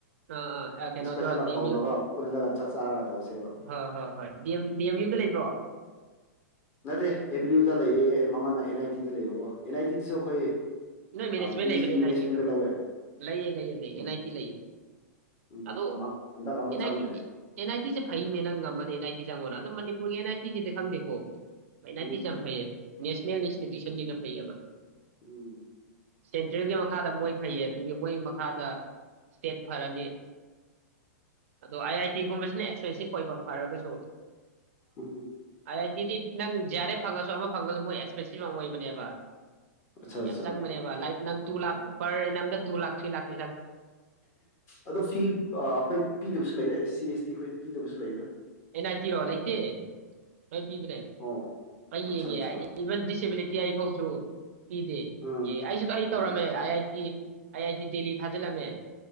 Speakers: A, on the right; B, on the left.
A: ꯑꯥ ꯑꯥ ꯑꯥ ꯀꯩꯅꯣ
B: ꯗꯤꯁ꯭ꯀꯁꯟ
A: ꯇꯧꯔ
B: ꯑꯥ
A: ꯗꯤ
B: ꯇꯧꯅꯕ
A: ꯑꯦꯝ ꯌꯨ
B: ꯄꯨꯟꯂꯒꯥ ꯆꯛ ꯆꯥꯛ ꯇꯧꯁꯦꯕ
A: ꯍꯣꯏ ꯍꯣꯏ ꯍꯣꯏ ꯗꯤ ꯑꯦꯝ ꯗꯤ ꯑꯦꯝ ꯌꯨꯗ ꯂꯩꯕ꯭ꯔꯣ
B: ꯅꯠꯇꯦ ꯑꯦꯝ ꯌꯨꯗ ꯂꯩꯌꯦ ꯑꯩ ꯃꯃꯥꯅ ꯑꯦꯟ ꯑꯥꯏ ꯇꯤꯗ ꯂꯩꯌꯦꯕꯀꯣ ꯑꯦꯟ ꯑꯥꯏ ꯇꯤꯗꯁꯨ ꯑꯩꯈꯣꯏ
A: ꯅꯣꯏ ꯃꯦꯅꯦꯖꯃꯦꯟꯇ
B: ꯄꯤ
A: ꯂꯩꯕꯅꯦ
B: ꯑꯩꯆ ꯗꯤ
A: ꯑꯦꯟ
B: ꯃꯦꯅꯦꯖꯃꯦꯟꯗ
A: ꯑꯥꯏ ꯇꯤꯁꯨ
B: ꯂꯧꯋꯦ
A: ꯂꯩꯌꯦ ꯂꯩꯌꯦ ꯂꯩꯌꯦ
B: ꯎꯝ
A: ꯑꯦꯟ ꯑꯥꯏ ꯇꯤ ꯂꯩꯌꯦ
B: ꯎꯝ
A: ꯑꯗꯣ
B: ꯑꯃ ꯍꯟꯗꯛ ꯑꯃ
A: ꯑꯦꯟ
B: ꯆꯪꯗ꯭ꯔꯦ
A: ꯑꯥꯏ ꯇꯤ ꯑꯦꯟ ꯑꯦꯟ ꯑꯥꯏ ꯇꯤꯖꯦ ꯐꯩꯅꯦ ꯅꯪ ꯉꯝꯃꯗꯤ ꯑꯦꯟ ꯑꯥꯏ ꯇꯤ ꯆꯪꯉꯣꯅ ꯗꯣ ꯃꯅꯤꯄꯨꯔꯒꯤ ꯑꯦꯟ ꯑꯥꯏ ꯇꯤ ꯒꯤ ꯗꯤ ꯈꯪꯗꯦꯀꯣ ꯑꯦꯟ ꯑꯥꯏ
B: ꯎꯝ
A: ꯇꯤ ꯖꯦ ꯌꯥꯝ ꯐꯩꯌꯦ ꯅꯦꯁꯅꯦꯜ ꯏꯟꯁ꯭ꯇꯤꯇꯤꯎꯁꯟ ꯐꯩꯌꯦꯕ
B: ꯎꯝ
A: ꯁꯦꯟꯇ꯭ꯔꯦꯜꯒꯤ ꯃꯈꯥꯗ ꯃꯣꯏ ꯐꯩꯌꯦ ꯑꯗꯨꯒꯤ ꯃꯣꯏꯒꯤ ꯃꯈꯥꯗ ꯁꯇꯦꯠ ꯐꯔꯅꯤ ꯑꯗꯣ ꯑꯥꯏ ꯑꯥꯏ ꯇꯤꯒꯨꯝꯕꯁꯤꯅ ꯑꯦꯁ ꯑꯦ ꯁꯤ ꯐꯩꯕ ꯐꯔꯒꯁꯨ
B: ꯎꯝ
A: ꯑꯥꯏꯑꯥꯏ ꯗꯤꯗꯤꯠ ꯅꯪ ꯖꯥꯔꯦ ꯐꯪꯉꯥꯁꯨ ꯑꯃ ꯐꯪꯉꯁꯨ ꯃꯣꯏ ꯑꯦꯛꯁꯄꯦꯟꯁꯤꯕ ꯌꯝ ꯑꯣꯏꯕꯅꯦꯕ
B: ꯑꯁꯥ
A: ꯌꯥꯝ
B: ꯑꯁꯥ
A: ꯆꯪꯕꯅꯦꯕ ꯂꯥꯏꯛ ꯅꯪ ꯇꯨ ꯂꯥꯛ ꯄꯔ ꯑꯦꯟ ꯑꯦꯝꯗ ꯇꯨ ꯂꯥꯛ ꯊ꯭ꯔꯤ ꯂꯥꯛꯈ
B: ꯑꯗꯣ ꯐꯤ ꯑꯥ ꯑꯩꯈꯣꯏ ꯄꯤꯗꯕꯁꯨ ꯂꯩꯔꯦ ꯑꯦ ꯁꯤ ꯑꯦꯁ ꯇꯤ ꯑꯩꯈꯣꯏ ꯄꯤꯗꯕꯁꯨ ꯂꯩꯗ
A: ꯑꯦꯟ ꯑꯥꯏ ꯇꯤ ꯔꯣ ꯂꯩꯇꯤ ꯍꯣꯏ ꯄꯤꯕꯅꯦ
B: ꯑꯣ
A: ꯑꯩ
B: ꯑꯠꯆꯥ
A: ꯌꯦꯡꯉꯦ
B: ꯑꯠꯆꯥ
A: ꯑꯥꯏ ꯏ ꯏꯚꯟ ꯗꯤꯁꯑꯦꯕꯤꯂꯤ ꯇꯤ ꯑꯥꯏ ꯐꯧꯆꯨ ꯄꯤꯗꯦ
B: ꯑꯥ
A: ꯑꯦ ꯑꯩꯖꯨ ꯑꯩꯖꯨ ꯇꯧꯔꯝꯃꯦ
B: ꯑꯥ
A: ꯑꯥꯏ ꯑꯥꯏ ꯏ ꯑꯥꯏ ꯑꯥꯏ ꯇꯤ ꯗꯦꯜꯂꯤ ꯗ ꯊꯥꯖꯜꯂꯝꯃꯦ